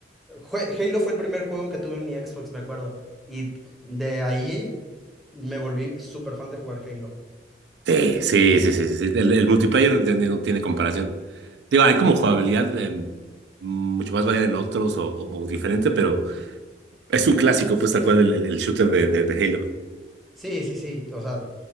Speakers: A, in the centre; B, on the right (about 75°).
A: Jue- Halo fue el primer juego que tuve en mi Xbox, me acuerdo. Y de ahí me volví súper fan de jugar Halo.
B: Sí, sí, sí, sí. sí. El, el multiplayer de- de- no tiene comparación. Digo, hay como jugabilidad eh, mucho más variada en otros o, o- o diferente, pero es un clásico, pues tal cual el, el- el shooter de, de de Halo.
A: Sí, sí, sí. O sea,